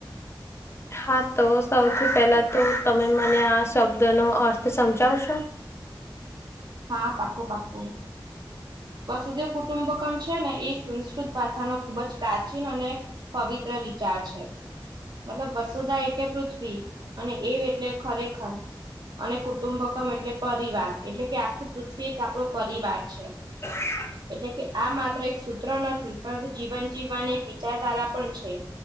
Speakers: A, on the left; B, on the right.
A: હા તો સૌથી પહેલા તો તમે મને આ શબ્દ નો અર્થ સમજાવશો
B: હા પાકું પાકું વસુદેવ કુટુંબકમ છે ને એ સંસ્કૃત ભાષાનો ખૂબ જ પ્રાચીન અને પવિત્ર વિચાર છે મતલબ વસુધા એટલે પૃથ્વી અને એ એટલે ખરેખર અને કુટુંબકમ એટલે પરિવાર એટલે કે આખી પૃથ્વી એક આપણો પરિવાર છે
A: <inaudible>
B: એટલે કે આ માત્ર એક સૂત્ર નથી પરંતુ જીવન જીવવાની એક વિચારધારા પણ છે